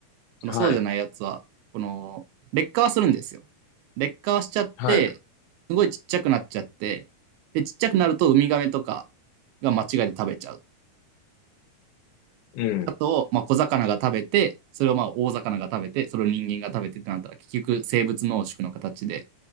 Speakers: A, on the right; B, on the left.
A: このそうじゃないやつは、
B: はい、
A: この、劣化はするんですよ。劣化はしちゃって、
B: はい、
A: すごいちっちゃくなっちゃって、で、ちっちゃくなるとウミガメとかが間違いで食べちゃう。
B: うん。
A: あと、まあ、小魚が食べて、それをまあ大魚が食べて、それを人間が食べてってなったら、結局生物濃縮の形で